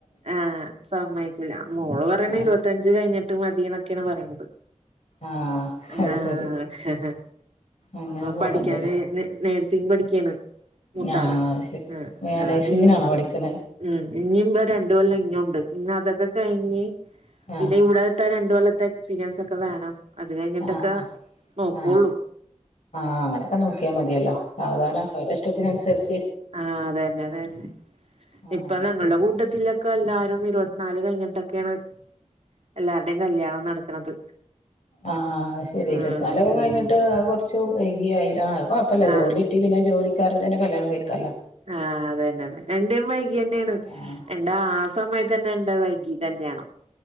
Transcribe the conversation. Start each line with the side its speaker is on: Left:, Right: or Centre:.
Right: ആഹ സമ്മയിക്കില്ല മോള് പറയണ
Left: ആഹ്
Right: ഇരുപത്തയഞ്ച് കഴിഞ്ഞിട്ട് മതി എന്നൊക്കെയാണ് പറയണത്
Left: ആഹ് അത്
Right: ആഹ്
Left: ശെരി അങ്ങനെ പോണണ്ടല്ലേ
Right: പഠിക്കാന് നേഴ്സിങ് പഠിക്കയാണ് മൂത്ത
Left: ആഹ്
Right: ആള്
Left: അത് ശെരി
Right: ആഹ് ആഹ്
Left: നൈസിങ്ങിനാണോ പഠിക്കണെ
Right: ഉം ഇനി രണ്ട കൊല്ലം ഇഞ്ഞുണ്ട് ഇഞ് അതൊക്കെ കഴിഞ്ഞ് പിന്നെ
Left: ആഹ്
Right: ഇവിടെ രണ്ടു കൊല്ലത്തെ എക്സ്പീരിയൻസ് ഒക്കെ വേണം അത് കഴിഞ്ഞിട്ടൊക്കെ
Left: ആഹ് ആഹ്
Right: നോക്കുള്ളൂ
Left: ആഹ് ആഹ് അങ്ങനൊക്കെ നോക്കിയാൽ മതിയല്ലോ സാവധാന ഒ ഇഷ്ടത്തിനനുസരിച്ച്
Right: ആഹ അതന്നെ അതന്നെ
Left: ആഹ്
Right: ഇപ്പൊ ഞങ്ങളുടെ
Left: ശെരി
Right: കൂട്ടത്തിലൊക്കെ എല്ലാവാരും ഇരുപത്തിനാല് കഴിഞ്ഞിട്ടൊക്കെയാണ് എല്ലരുടെയും കല്യാണം നടക്കണത്
Left: ആഹ് ശരി
Right: ആഹ്
Left: ഇരുത്തിനാലൊക്കെ കഴിഞ്ഞിട്ട്
Right: ഉം
Left: അത് കുറച്ച് വൈകിയ ആ കുഴപ്പമില്ല ജോലി
Right: ആഹ്
Left: കിട്ടി പിന്ന ജോലിക്കാരെ തന്നെ കല്യാണം കഴിക്കല്ലോ
Right: ആഹ് അതന്നെ അതെ എന്റെ വൈകി തന്നെയാണ്
Left: ആഹ്
Right: എന്താ ആ സമയത്ത് തന്നെ എന്താ വൈകീ കല്യാണം